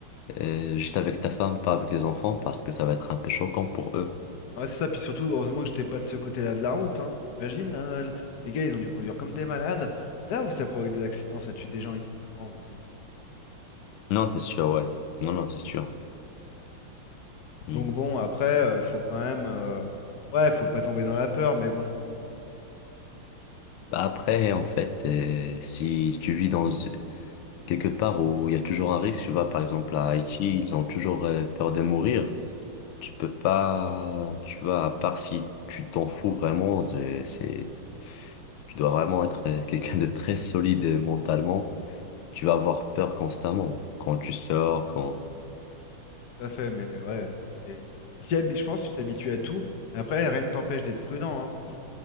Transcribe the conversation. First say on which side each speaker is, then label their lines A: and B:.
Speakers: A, on the left; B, on the left.
A: euh, juste avec ta femme, pas avec les enfants, parce que ça va être un peu choquant pour eux.
B: Ouais, c'est ça, puis surtout, heureusement que j'étais pas de ce côté-là de la route, hein. T'imagines, hein, le- les gars, ils ont dû conduire comme des malades. C'est là où ça provoque des accidents, ça tue des gens inutilement aussi.
A: Non, c'est sûr, ouais. Non, non, c'est sûr. Hmm.
B: Donc bon, après, euh, faut quand même... euh, Ouais, faut pas tomber dans la peur, mais bon,
A: Bah, Après, en fait, euh, si tu vis dans quelque part où il y a toujours un risque, tu vois, par exemple à Haïti, ils ont toujours euh, peur de mourir. Tu peux pas, tu vois, à part si tu t'en fous vraiment, c'est, c'est- Tu dois vraiment être euh, quelqu'un de très solide euh, mentalement. Tu vas avoir peur constamment quand tu sors, quand...
B: tout à fait, mais ouais, c'est... tu t'y habi- Je pense que tu t'habitues à tout, mais après, rien ne t'empêche d'être prudent, hein. Faut juste-